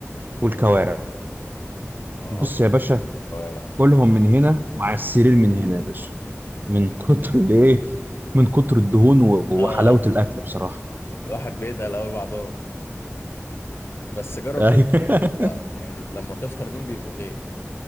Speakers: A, on the right (about 40°); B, on the left (about 55°).
A: والكوارع
B: اه
A: بص يا باشا
B: كوارع
A: كلهم من هنا وعلى السرير من هنا يا باشا من كتر الايه من كتر الدهون و- وحلاوه
B: اه
A: الاكل بصراحه
B: الواحد بيتقل قوي بعضهم بس جرب
A: <laughs>
B: تفطر بيهم بقى يعني لما تفطر بيهم بيبقوا غير